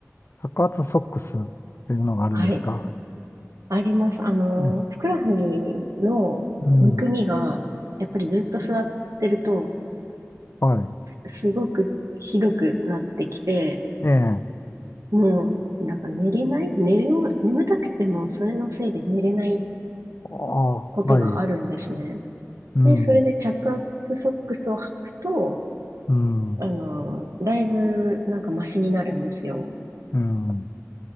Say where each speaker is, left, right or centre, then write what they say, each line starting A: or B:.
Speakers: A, on the left; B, on the right.
A: 白髪ソックスっていうのがあるんですか
B: はい。あります。あの、
A: ええ、
B: ふくらはぎのむくみが、
A: うん。
B: やっぱりずっと座ってると、
A: はい。
B: すごくひどくなってきて、
A: ええ。あ
B: もう、なんか寝れない寝るよう、眠たくても、それのせいで寝れない
A: あ、
B: ことがあるんですね。
A: はい。うん、
B: で、それで着圧ソックスを履くと、
A: うん、
B: あの、だいぶ、なんかマシになるんですよ。
A: うん。